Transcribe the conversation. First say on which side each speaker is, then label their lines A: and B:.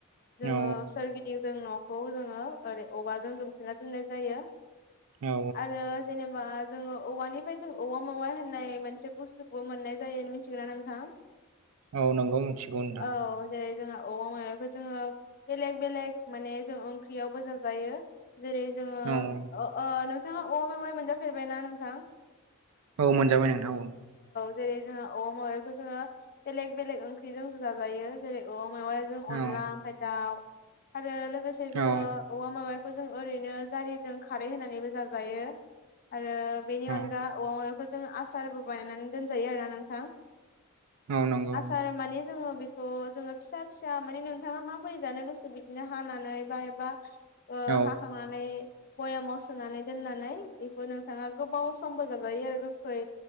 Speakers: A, on the left (about 45°); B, on the right (about 75°).
A: जोङो
B: औ
A: सोरगिदिं जों न'खौ जोङो ओरै अवाजों दुमथेना दोननाय जायो।
B: औ
A: आरो जेनेबा जोङो औवानिफ्राय जों औवा मावाय होननाय मोनसे बुस्थुखौबो मोननाय जायो मिथिगौना नोंथां।
B: औ नोंगौ मिथिगौ नोंथां।
A: औ जेरै जोंहा औवा <unintelligible> जोङो बेलेग बेलेग माने जों ओंख्रियावबो जाजायो। जेरै जोङो
B: औ
A: ओ नोंथाङा अमा मेवाय मोनजाफेरबायना नोंथां।
B: औ मोनजाबाय नोंथां औ।
A: जेरै जोंहा औवा मेवायखौ बेखौ जोङो बेलेग बेलेग ओंख्रिजों जाजायो जेरै औ मेवायजों अनला
B: औ
A: आमफाय दाउ आरो लोगोसे जोङो
B: औ
A: औवा मेवाय खौ जों ओरैनो जारिजों खारै होनानैबो जाजायो। आरो बेनि
B: औ
A: अनगा औवा मावायखौ जोङो आसारबो बानायनानै दोनजायो आरोना नोंथां।
B: औ नंगौ
A: आसार माने जोङो बे <unintelligible> जोङो फिसा फिसा माने नोंथाङा माबोरै जानो गोसो बिदिनो हानानै बा एबा ओ
B: औ
A: हाखांनानै भयामाव सोनानै दोननानै बेखौ नोंथाङा गोबाव समबो जाजायो आरो गोखै।